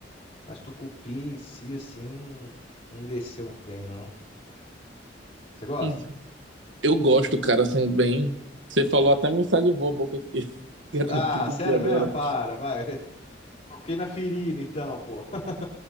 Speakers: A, on the left; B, on the right.
A: mas tucupi em si, assim, não, não me desceu muito bem, não. Você gosta?
B: Hum. Eu gosto, cara, assim, bem. Você falou até me salivou a boca aqui. <laughs> Quero
A: Ah,
B: no tucupi
A: sério
B: agora.
A: mesmo? Para, vai. <laughs> Toquei na ferida, então, pô. <laughs>